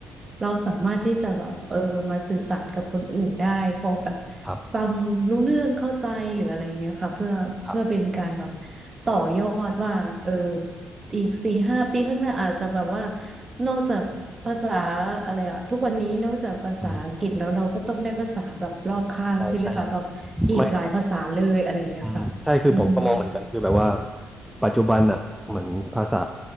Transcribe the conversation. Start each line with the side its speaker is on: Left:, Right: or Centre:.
Right: เราสามารถที่จะแบบเออมาสื่อสารกับคนอื่นได้พอแบบ
Centre: ครับ
Right: ฟังรู้เรื่องเข้าใจหรืออะไรเงี้ยค่ะเพื่อเพื่อเป็นการแบบ
Centre: ครับ
Right: ต่อยอดว่าเอออีกสี่ห้าปีข้างหน้าอาจจะแบบว่านอกจากภาษาอะไรอะทุกวันนี้นอกจากภาษาอังกฤษแล้วเราก็ต้องได้ภาษาแบบรอบข้างใช่ไหมคะแบบอีกหลายภาษาเลยอะไรอย่างเงี้ยค่ะอืม
Centre: อืมใช่ใช่อย่างไม่ อืมใช่คือผมก็มองเหมือนกันคือแบบว่าปัจจุบันอ่ะเหมือนภาษา